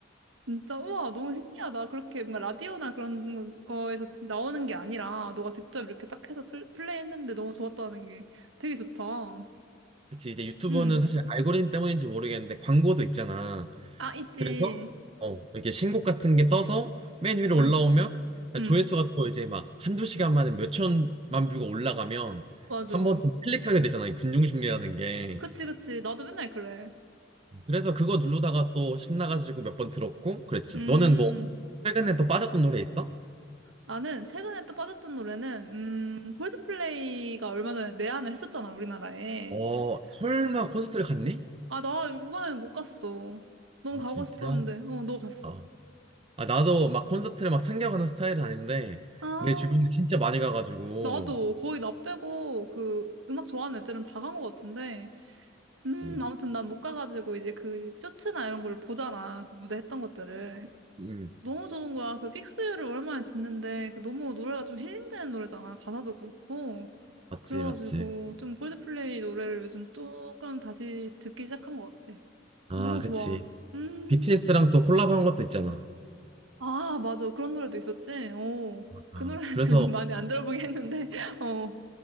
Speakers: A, on the right; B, on the right.
A: 진짜. 우와, 너무 신기하다. 그렇게 뭔가 라디오나 그런 거에서 진- 나오는 게 아니라 너가 직접 이렇게 딱 해서 슬- 플레이했는데 너무 좋았다는 게 되게 좋다.
B: 그치 이제 유튜브는
A: 음.
B: 사실 알고리즘 때문인지 모르겠는데 광고도 있잖아.
A: 아, 있지.
B: 그래서 어 이렇게 신곡 같은 게 떠서 맨 위로 올라오면
A: 응, 응.
B: 조회수가 또 이제 막 한두 시간 만에 몇 천만 뷰가 올라가면
A: 맞아.
B: 한 번 또 클릭하게 되잖아. 이 군중심리라는 게.
A: 그치, 그치. 나도 맨날 그래.
B: 그래서 그거 누르다가 또 신나가지고 몇 번 들었고 그랬지.
A: 음.
B: 너는 뭐 최근에 또 빠졌던 노래 있어?
A: 나는 최근에 또 빠졌던 노래는 음 콜드플레이가 얼마 전에 내한을 했었잖아 우리나라에
B: 어, 설마
A: 그
B: 콘서트를 갔니?
A: 아 나 이번엔 못 갔어 너무
B: 아,
A: 가고
B: 진짜?
A: 싶었는데 어 너 갔어?
B: 아, 아, 나도 막 콘서트를 막 챙겨가는 스타일은 아닌데
A: 아
B: 내 주변에 진짜 많이 가가지고
A: 나도 거의 나 빼고 그 음악 좋아하는 애들은 다 간 것 같은데 음
B: 네.
A: 아무튼 난 못 가가지고 이제 그 쇼츠나 이런 걸 보잖아 그 무대 했던 것들을
B: 음,
A: 너무 좋은 거야 그 픽스유를 오랜만에 듣는데 그 너무 노래가 좀 힐링되는 노래잖아 가사도 그렇고
B: 맞지,
A: 그래가지고
B: 맞지.
A: 좀 콜드플레이 노래를 요즘 조금 다시 듣기 시작한 것 같아.
B: 아,
A: 너무 좋아.
B: 그치.
A: 음.
B: BTS랑 또 콜라보 한 것도 있잖아.
A: 아, 맞아. 그런 노래도 있었지? 어.
B: 아,
A: 그 노래는
B: 그래서
A: <laughs> 많이 안 들어보긴 했는데, <laughs> 어.